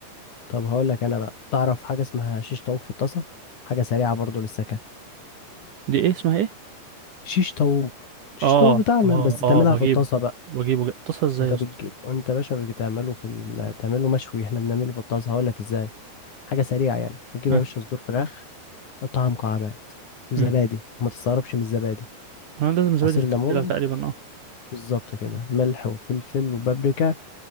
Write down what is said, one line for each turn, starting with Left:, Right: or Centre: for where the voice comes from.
Left: طب هقول لك انا بقى تعرف حاجه اسمها شيش طاووق في الطاسه حاجه سريعه برضو للسكن
Right: دي ايه اسمها ايه
Left: شيش طاووق شيش
Right: اه
Left: طاووق بتاعنا
Right: اه
Left: بس
Right: اه
Left: تعملها
Right: بجيبه
Left: في الطاسه بقى
Right: بجيبه جا- تصل ازاي
Left: انت
Right: يا
Left: بتجيب
Right: اسطى
Left: انت يا باشا بتعمله في ال... بتعمله مشوي احنا بنعمله في الطاسه هقول لك ازاي حاجه سريعه يعني هتجيب
Right: ها
Left: يا باشا صدور فراخ تقطعها مكعبات وزبادي
Right: مم.
Left: وما تستغربش من الزبادي
Right: انا لازم زبادي
Left: عصير
Right: في
Left: ليمون
Right: التتبيلة تقريبا اه
Left: بالظبط كده ملح وفلفل وبابريكا